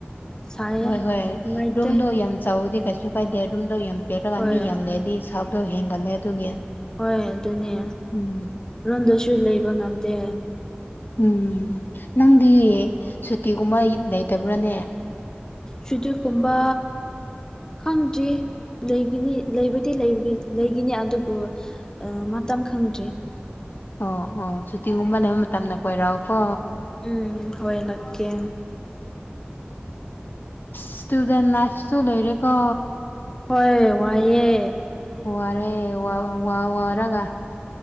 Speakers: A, on the left; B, on the left.
A: ꯁꯥꯏꯌꯦ
B: ꯍꯣꯏ ꯍꯣꯏ
A: ꯅꯨꯡꯉꯥꯏꯇꯦ
B: ꯔꯨꯝꯗꯣ ꯌꯥꯝ ꯆꯥꯎꯋꯗꯤ ꯀꯩꯁꯨ ꯀꯥꯏꯗꯦ ꯔꯨꯝꯗꯣ ꯌꯥꯝ <unintelligible>
A: ꯍꯣꯏ
B: ꯃꯤ ꯌꯥꯝ ꯂꯩꯔꯗꯤ ꯁꯥꯕꯗꯣ ꯍꯦꯟꯒꯠꯂꯦ ꯑꯗꯨꯒꯤ
A: ꯍꯣꯏ ꯑꯗꯨꯅꯦ
B: ꯎꯝ
A: ꯔꯨꯝꯗꯁꯨ ꯂꯩꯕ ꯉꯝꯗꯦ
B: ꯎꯝ ꯅꯪꯗꯤ ꯁꯨꯇꯤꯒꯨꯝꯕ ꯌꯨꯝ ꯂꯩꯇꯕ꯭ꯔꯥꯅꯦ
A: ꯁꯨꯇꯤ ꯀꯨꯝꯕ ꯈꯪꯗ꯭ꯔꯤ ꯂꯩꯒꯤꯅꯤ ꯂꯩꯕꯗꯤ ꯂꯩꯒꯤꯟ ꯂꯩꯒꯤꯅꯤ ꯑꯗꯨꯕꯨ ꯑ ꯃꯇꯝ ꯈꯪꯗ꯭ꯔꯤ
B: ꯑꯣ ꯑꯣ ꯁꯨꯇꯤꯒꯨꯝꯕ ꯂꯩꯕ ꯃꯇꯝꯗ ꯀꯣꯏꯔꯛꯑꯣꯀꯣ
A: ꯎꯝ ꯍꯣꯏ ꯂꯛꯀꯦ
B: ꯏꯁꯇꯨꯗꯦꯟ ꯂꯥꯏꯐꯁꯨ ꯂꯣꯏꯔꯦꯀꯣ
A: ꯍꯣꯏ ꯋꯥꯏꯌꯦ
B: ꯋꯥꯔꯦ ꯋꯥ ꯋꯥ ꯋꯥꯔꯒ